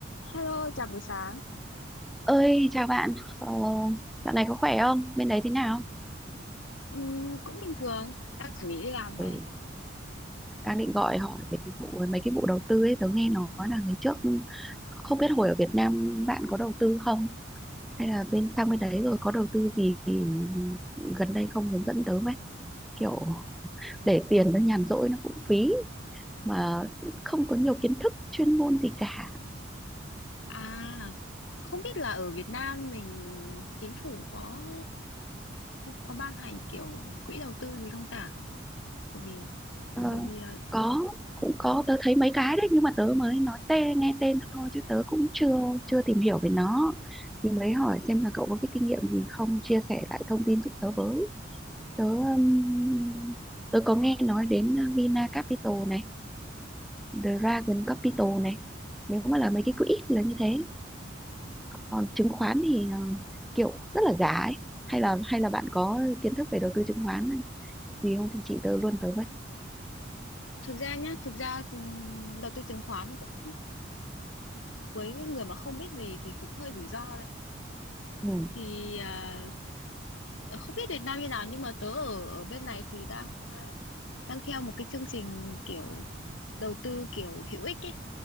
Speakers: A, on the left (about 85°); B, in the centre.
A: Hello, chào buổi sáng.
B: Ơi, chào bạn. Ờ, dạo này có khỏe không? Bên đấy thế nào?
A: Ừm, cũng bình thường, đang chuẩn bị đi làm này.
B: Ừ, đang định gọi hỏi về cái vụ mấy cái vụ đầu tư ấy, tớ nghe nói là ngày trước không biết hồi ở Việt Nam bạn có đầu tư không? Hay là bên sang bên đấy rồi có đầu tư gì thì gần đây không hướng dẫn tớ với. Kiểu để tiền nó nhàn rỗi nó cũng phí mà không có nhiều kiến thức chuyên môn gì cả.
A: À, không biết là ở Việt Nam mình chính phủ có có ban hành kiểu quỹ đầu tư gì không ta? Bởi vì bởi
B: Ờ,
A: vì là
B: có cũng có tớ thấy mấy cái đấy nhưng mà tớ mới nói tên nghe tên thôi chứ tớ cũng chưa chưa tìm hiểu về nó thì mới hỏi xem là cậu có cái kinh nghiệm gì không chia sẻ lại thông tin giúp tớ với tớ um, tớ có nghe nói đến uh, Vina Capital này Dragon Capital này nếu mà là mấy cái quỹ thì là như thế còn chứng khoán thì uh, kiểu rất là giá ấy. hay là hay là bạn có kiến thức về đầu tư chứng khoán gì không thì chị tớ luôn tớ với
A: thực ra nhá, thực ra ừm, đầu tư chứng khoán cũng với cái người mà không biết gì thì cũng hơi rủi ro đấy.
B: ừ.
A: Thì à, ờ, không biết Việt Nam như nào nhưng mà tớ ở ở bên này thì đang à, đang theo một cái chương trình kiểu đầu tư kiểu hữu ích ấy